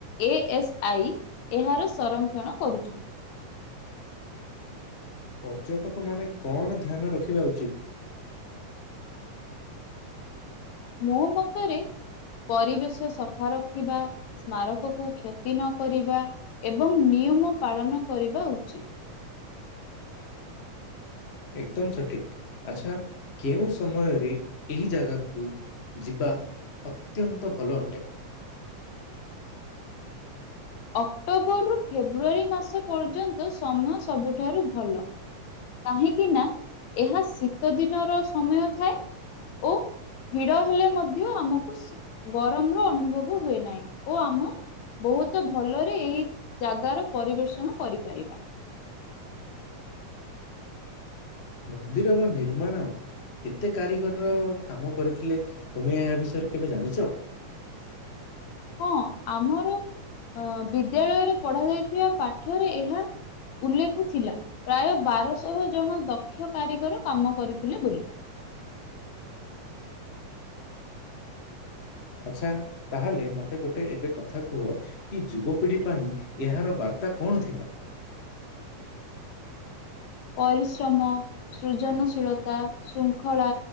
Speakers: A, on the left (about 70°); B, on the left (about 45°).
A: ଏ ଏସ୍ ଆଇ ଏହାର ସଂରକ୍ଷଣ କରୁଛନ୍ତି।
B: ପର୍ଯ୍ୟଟକ ମାନେ କଣ ଧ୍ୟାନ ରଖିବା ଉଚିତ୍?
A: ମୋ ମତରେ ପରିବେଶ ସଫା ରଖିବା ସ୍ମାରକ କୁ କ୍ଷତି ନ କରିବା ଏବଂ ନିୟମ ପାଳନ କରିବା ଉଚିତ।
B: ଏକଦମ ସଠିକ୍। ଆଚ୍ଛା କେଉଁ ସମୟରେ ଏହି ଜାଗାକୁ ଯିବା? ଅତ୍ୟନ୍ତ ଭଲ ଅଟେ।
A: ଅକ୍ଟୋବରରୁୁ ଫେବୃଆରୀ ମାସ ପର୍ଯ୍ୟନ୍ତ ସମୟ ସବୁଠାରୁ ଭଲ। କାହିଁକି ନା ଏହା ଶୀତ ଦିନର ସମୟ ଥାଏ। ଓ ଭିଡ ହେଲେ ମଧ୍ୟ ଆମକୁ ଶି ଗରମ ରୁ ଅନୁଭବ ହୁଏ ନାହିଁ ଓ ଆମେ ବହୁତ ତ ଭଲରେ ଏଇ ଜାଗାର ପରିବେଷଣ କରିପାରିବା।
B: ମନ୍ଦିରର ନିର୍ମାଣ ଏତେ କାରିଗରର କାମ କରିଥିଲେ ତମେ ଏହା ବିଷୟରେ କେବେ ଜାଣିଛ?
A: ହଁ ଆମର ଅ ବିଦ୍ୟାଳୟରେ ପଢା ଯାଇଥିବା ପାଠରେ ଏହା ଉଲ୍ଲେଖ ଥିଲା ପ୍ରାୟ ବାରଶହ ଜଣ ଦକ୍ଷ କାରିଗର କାମ କରିଥିଲେ ବୋଲି।
B: ଆଚ୍ଛା ତାହାଲେ ମତେ ଗୋଟେ ଏବେ କଥା କୁହ କି ଯୁବପିଢି ପାଇଁ ଏହାର ବାର୍ତ୍ତା କଣ ଥିଲା?
A: ପରିଶ୍ରମ ସୃଜନଶୀଳତା, ଶୃଙ୍ଖଳା